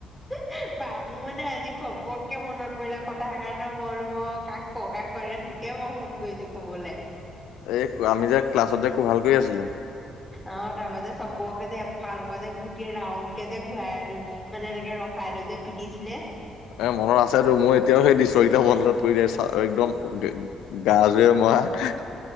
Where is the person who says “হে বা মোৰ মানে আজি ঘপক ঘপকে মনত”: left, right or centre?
Centre